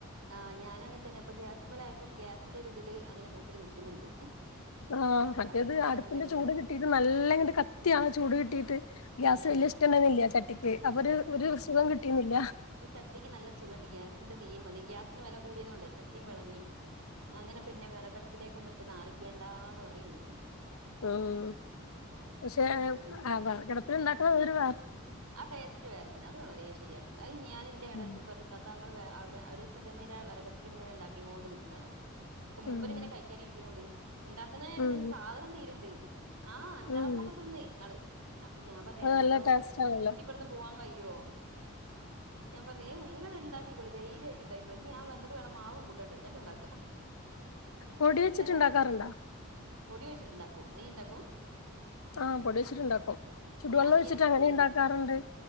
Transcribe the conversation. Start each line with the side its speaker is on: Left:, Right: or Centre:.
Right: ആ ഞാന് അങ്ങനെ തന്നെ അപ്പൊ ഗ്യാസ് മലായപ്പം ഗ്യാസിന്റെ ഒരു ഇതില് അങ്ങനെ മൂപ്പന് നിക്കുന്നുണ്ട്
Left: ആ മറ്റേത്
Right: അത്
Left: അടുപ്പിന്റെ
Right: അത് ലെവല്
Left: ചൂട് കിട്ടിട്ട് നല്ലങ്ങെ കത്തിയാണ് ചൂട് കട്ട കിട്ടീട്ട് ഗ്യാസ്
Right: ആ
Left: വലിയ ഇഷ്ടണ്ടർന്നില്ല ചട്ടിക്ക് അപ്പൊ ഒരു സുഖം കിട്ടീനില്ല
Right: ഇപ്പ ചട്ടിക്ക് നല്ല സുഖ ഉണ്ട് ഗ്യാസിന്റെ തീയും മതി ഗ്യസിന് വെ ല കൂടിയത കൊണ്ട് ചട്ടിം വെ അങ്ങനെ പിന്നെ വിറകടപ്പിലേക്ക ഒന്ന് ഇട്ട് നാറിക്കേണ്ടാന്ന് പറീണ്ട്
Left: ഉം പക്ഷെ
Right: ഉം.
Left: ആ വ കിടപ്പില ഉണ്ടാക്കണം വേറെ
Right: ആ ടേസ്റ്റ് വേറെ തന്നെ അത് വളരെ ശരിയ അ ഞാൻ എൻ്റെ എളച്ചൻ
Left: ഉം
Right: പറയും താത്താ അവിടെ ഒരു ദിവസം വിറകടുപ്പിൽ ഇങ്ങനെ ഉണ്ടാക്കിണ്ട് നിക്കയാണേ ഇപ്പൊ മൂപ്പർ
Left: ഉം
Right: ഇങ്ങനെ കഴിക്കാനി രിക്കണണ്ട് ഉണ്ടാക്കുന്നതിനനുസരിച്ച്
Left: ഉം
Right: സാധനം തീരുണ്ട് ആ അഞ്ചാറെണ്ണമോക്കെ
Left: ഉം
Right: തിന്നേ ആള് അപ്പൊ ഞാൻ പറഞ്ഞു
Left: അത്
Right: എല്ലടോ
Left: നല്ല ടേസ്റ്റാണല്ലോ
Right: എനിക്ക് ഇവിടുന്ന് പോവാൻ കഴിയും അയ്യോ ഞാൻ പറഞ്ഞ് നിങ്ങള് ഉണ്ടാക്കിക്കോളി ധൈര്യ ഉണ്ടാക്കി ഞൻ വന്നിട്ട് വേണം മാവ്കൂട്ട എന്നിട്ടുണ്ടാക്ക
Left: പൊടി വെച്ചിട്ടുണ്ടാക്കാറുണ്ടോ
Right: ഇന്ന് നാല് പൊടി വെച്ചിട്ടുണ്ടാക്കൂ ഈ ഇണ്ടാക്കൂ
Left: ആ പൊടിച്ചിട്ടുണ്ടാക്കും ചുടുവെള്ളം
Right: ഞാൻ അധികം
Left: ഒഴിച്ചിട്ട്ങ്ങനെണ്ടാക്കും
Right: അങ്ങനാ ചെയ്യല്
Left: ക്കാറുണ്ട്